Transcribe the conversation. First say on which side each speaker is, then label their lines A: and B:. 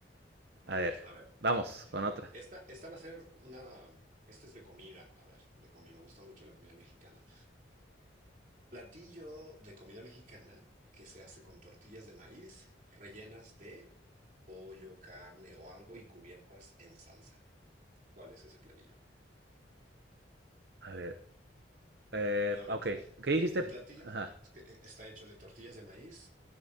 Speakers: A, on the right; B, on the right.
A: Mm,
B: A ver,
A: a ver,
B: vamos con otra.
A: esta, esta va a ser una. Esto es de comida. A ver, de comida. Me gusta mucho la comida mexicana. Platillo de comida mexicana que se hace con tortillas de maíz rellenas de pollo, carne o algo y cubiertas en salsa. ¿Cuál es ese platillo?
B: A ver, Eh,
A: Nuevamente.
B: ok, ¿qué dijiste?
A: Un platillo
B: Ajá.
A: es que eh, está hecho de tortillas de maíz,